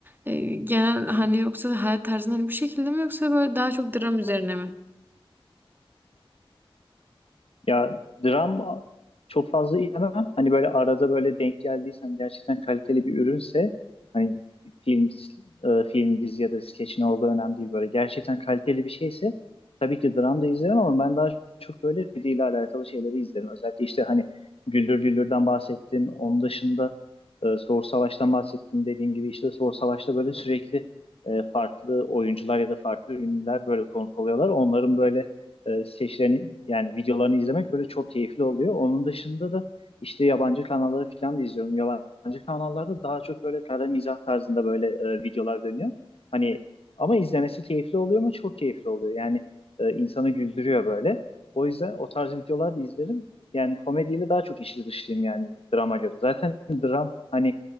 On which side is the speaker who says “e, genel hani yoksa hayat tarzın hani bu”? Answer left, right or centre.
Right